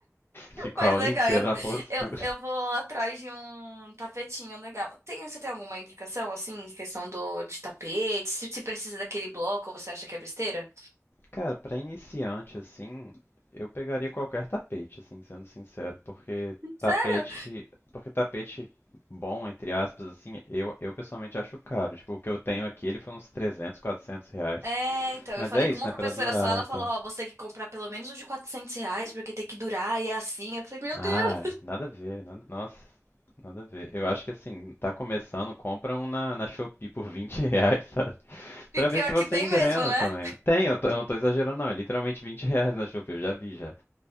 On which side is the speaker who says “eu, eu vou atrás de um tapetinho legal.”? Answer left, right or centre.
Right